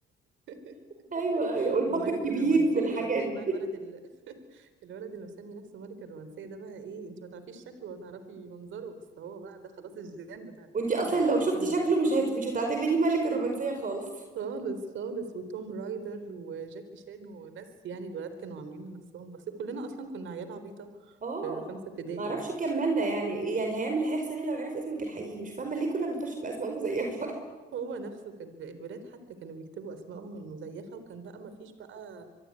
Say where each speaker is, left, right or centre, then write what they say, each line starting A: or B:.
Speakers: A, on the right; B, on the right.
A: <laughs>
B: ايوه ايوه والحب
A: وملك
B: الكبير
A: الرومانسية
B: والحاجات
A: وتلاقي
B: دي
A: بقى الولد ال... <laughs> الولد اللي مسمي نفسه ملك الرومانسية ده بقى ايه انت ما تعرفيش شكله ولا تعرفي منظره بس هو بقى ده خلاص الجيران بتاع المنتدى
B: وانتي اصلا
A: يعني
B: لو
A: اللي
B: شفتي
A: كل البنات
B: شكله
A: بتبص
B: مش هت... مش
A: له.
B: هتعتبريه ملك الرومانسيه خالص
A: خالص خالص وتوم رايدر وجاكي شان وناس يعني الولاد كانوا عاملين لنفسهم بس كلنا اصلا كنا عيال عبيطة
B: اه
A: في خمسة ابتدائي
B: ما اعرفش
A: يعني
B: كملنا يعني يعني هيعمل هيحصل ايه لو عرف اسمك الحقيقي مش فاهمه ليه كنا بنخش باسماء مزيفه
A: هو نفسه كان بقى الولاد حتى كانوا بيكتبوا اسمائهم المزيفه وكان بقى ما فيش بقى